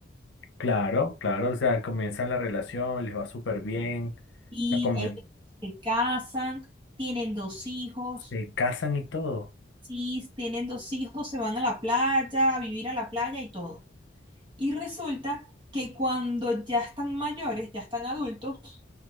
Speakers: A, on the left; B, on the right.
A: Claro, claro, o sea, comienzan la relación, les va súper bien,
B: y
A: la comien-
B: ellos se casan, tienen dos hijos
A: se casan y todo.
B: Si tienen dos hijos, se van a la playa, a vivir a la playa y todo. Y resulta que cuando ya están mayores, ya están adultos,